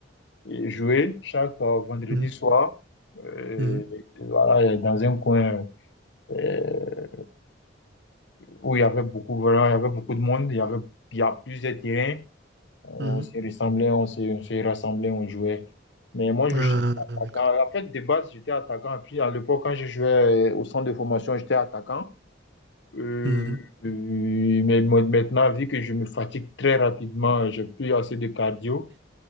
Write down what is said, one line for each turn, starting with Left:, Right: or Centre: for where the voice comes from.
Left: et jouer chaque euh, vendredi
Right: mhm,
Left: soir. Euh,
Right: mhm,
Left: voilà, dans un coin euh, où il y avait beaucoup, voilà, il y avait beaucoup de monde, il y avait, il y a plusieurs terrains. On
Right: mhm.
Left: se ressemblait, on se, on se rassemblait, on jouait. Mais moi, je
Right: Ah,
Left: suis attaquant.
Right: d'accord.
Left: En fait, de base, j'étais attaquant. puis, à l'époque, quand je jouais euh, au centre de formation, j'étais attaquant. Euh,
Right: Mhm.
Left: euh, mais mo- maintenant, vu que je me fatigue très rapidement, j'ai plus assez de cardio.